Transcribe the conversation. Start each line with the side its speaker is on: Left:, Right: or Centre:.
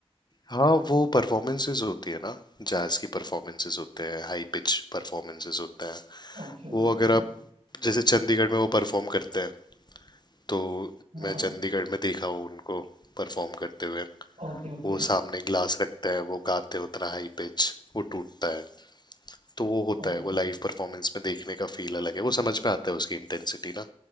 Left: हाँ वो परफॉर्मेंसेज होती है ना जैज की परफॉर्मेंसेज होते हैं हाई पिच परफॉर्मेंसेज होते हैं
Right: Okay okay
Left: वो अगर
Right: okay
Left: आप जैसे चंडीगढ़ में वो परफॉर्म करते हैं तो
Right: हाँ
Left: मैं चंडीगढ़ में देखा हूँ उनको परफॉर्म करते हुए
Right: Okay okay
Left: वो सामने ग्लास रखते हैं वो गाते हैं उतना हाई पिच वो टूटता है तो वो होता
Right: okay
Left: है वो लाइव परफॉर्मेंस में देखने का फील अलग है वो समझ में आता है उसकी इंटेंसिटी ना